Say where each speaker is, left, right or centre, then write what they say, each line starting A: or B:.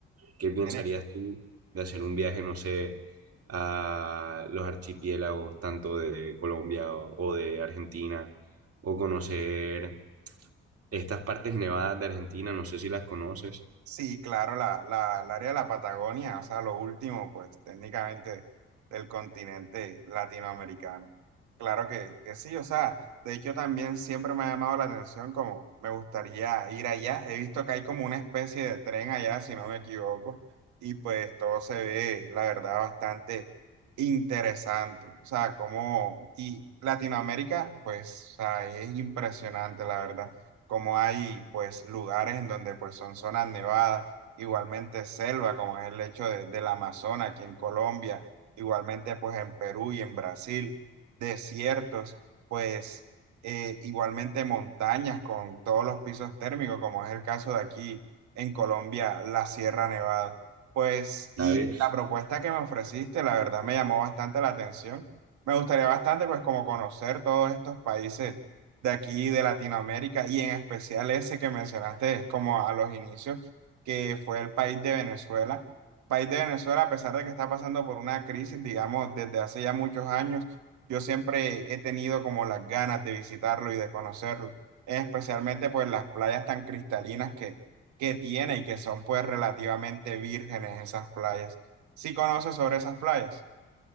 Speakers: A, on the right (about 55°); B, on the right (about 75°).
A: ¿Qué pensarías
B: Tienes,
A: tú de hacer un viaje, no sé, a los archipiélagos, tanto de Colombia o, o de Argentina, o conocer estas partes nevadas de Argentina? No sé si las conoces,
B: Sí, claro, la, la, el área de la Patagonia, o sea, lo último, pues técnicamente del continente latinoamericano. Claro que, que sí, o sea, de hecho también siempre me ha llamado la atención como me gustaría ir allá. He visto que hay como una especie de tren allá, si no me equivoco, y pues todo se ve, la verdad, bastante interesante. O sea, como, y Latinoamérica, pues, o sea, es impresionante, la verdad como hay pues lugares en donde pues son zonas nevadas, igualmente selva, como es el hecho de- del Amazonas aquí en Colombia, igualmente pues en Perú y en Brasil, desiertos, pues eh, igualmente montañas con todos los pisos térmicos, como es el caso de aquí en Colombia, la Sierra Nevada. Pues, y
A: ¿sabes?
B: la propuesta que me ofreciste, la verdad me llamó bastante la atención. Me gustaría bastante, pues, como conocer todos estos países de aquí, de Latinoamérica, y en especial ese que mencionaste, es como a los inicios, que fue el país de Venezuela. País de Venezuela, a pesar de que está pasando por una crisis, digamos, desde hace ya muchos años, yo siempre he tenido como las ganas de visitarlo y de conocerlo, especialmente pues las playas tan cristalinas que, que tiene y que son pues relativamente vírgenes esas playas. ¿Sí conoces sobre esas playas?